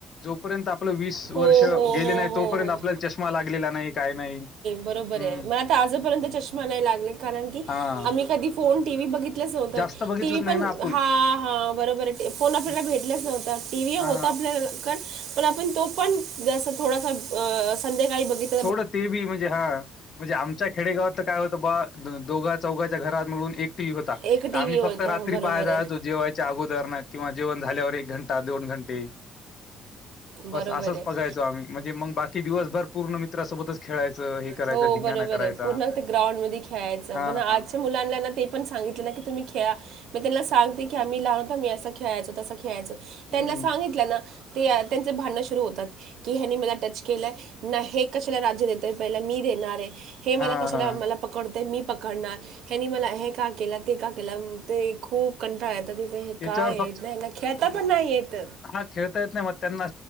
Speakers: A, on the left; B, on the right.
A: जोपर्यंत आपलं वीस
B: हो
A: वर्ष
B: हो
A: गेले
B: हो
A: नाही
B: हो
A: तोपर्यंत
B: हो
A: आपल्याला चष्मा लागलेला नाही काय नाही
B: बरोबर
A: हं,
B: आहे मला तर आजपर्यंत चष्मा नाही लागले कारण की
A: हां.
B: आम्ही कधी फोन टीव्ही बघि तलच नव्हतं
A: जास्त बघितलंच
B: टी व्ही
A: नाही
B: पण
A: ना आपण.
B: हा हा बरोबर आहे फोन आपल्याला
A: हं,
B: भेटलच नव्हत टीव्ही होता
A: हां.
B: आपल्याला पण आपण तो पण जस थोडासा संध्याकाळी बघित
A: थोडं ते बी म्हणजे हा म्हणजे आमच्या खेडेगावात काय होतं बा दोघा चौघाच्या घरात मिळून एक टीव्ही होता तर
B: एक टी
A: आम्ही
B: व्ही होता
A: फक्त रात्री
B: हो, बरोबर
A: पाहाय जायचो
B: आहे
A: जेवायचं च्या अगोदरन किंवा जेवन झाल्यावर एक घंटा दोन घंटे
B: बरोबर
A: बस असंच
B: आहे
A: बघायचं आम्ही म्हणजे मग बाकी दिवसभर पूर्ण मित्रासोबतच खेळायचं हे करायचं
B: हो
A: धिंगाणा
B: बरोबर
A: करायचा.
B: आहे पूर्ण ते ग्राउंड मध्ये खेळायचं
A: हां,
B: पण आजच्या
A: हां.
B: मुलांना ना ते पण सांगितल ना की तुम्ही खेळा मी त्यांना सांगते की आम्ही लहान होता मी असं खेळायचो तसं खेळायचो
A: हं.
B: त्यांना सांगितलं ना ते त्यांचं भांडणं सुरू होतात की ह्यांनी मला टच केलं ना हे कशाला राज्य देतायत पहिला मी देणार आहे हे मला
A: हां,
B: कशाला
A: हां.
B: मला पकड ते मी पकडणार हेनी मला हे का केलं ते का केलं ते खूप कंटाळ हे
A: त्याच्यावर
B: काय आहे नाही यांना खेळता पण नाही येत
A: हा खेळता येत नाही मग त्यांना